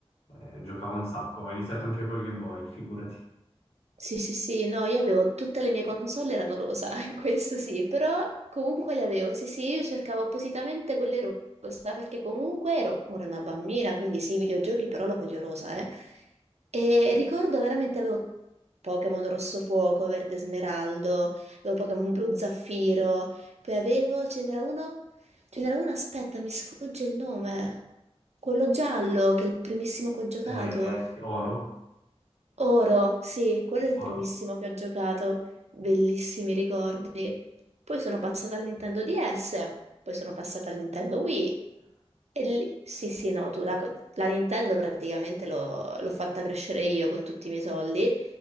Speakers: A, on the left; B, on the right.
A: Eh, giocavo un sacco, ho iniziato anche col Game Boy, figurati.
B: Sì, sì, sì, no, io avevo tutte le mie console erano rosa, <laughs> questo sì, però comunque le avevo. Sì, sì, io cercavo appositamente quelle ro- rosa perché comunque ero ora una bambina, quindi sì, i videogiochi però lo voglio rosa, eh. E ricordo veramente avevo Pokémon Rosso Fuoco, Verde Smeraldo, avevo Pokémon Blu Zaffiro, poi avevo, ce n'era uno, ce n'era uno, aspetta, mi sfugge il nome, quello giallo che è il primissimo che ho giocato.
A: Eh, sì, oro?
B: Oro, sì, quello
A: Sì.
B: è il
A: Oro.
B: primissimo che ho giocato, bellissimi ricordi. Poi sono passata al Nintendo DS, poi sono passata al Nintendo Wii e lì, sì, sì, no, tu, la, la Nintendo praticamente l'ho l'ho fatta crescere io con tutti i miei soldi,